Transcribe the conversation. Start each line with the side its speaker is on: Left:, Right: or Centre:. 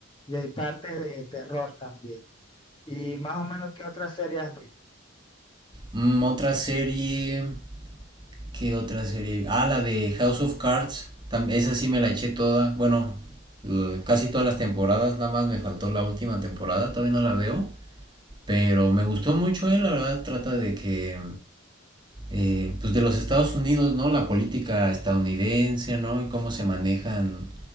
Left: y hay partes de terror también. Y más o menos, ¿qué otra serie has visto?
Right: Mm, otra serie, ¿qué otra serie? Ah, la de House of Cards, tam- esa sí me la eché toda, bueno, eh, casi todas las temporadas, nada más me faltó la última temporada, todavía no la veo, pero me gustó mucho, eh, la verdad trata de que... eh, pues de los Estados Unidos, ¿no? La política estadounidense, ¿no? Y cómo se manejan,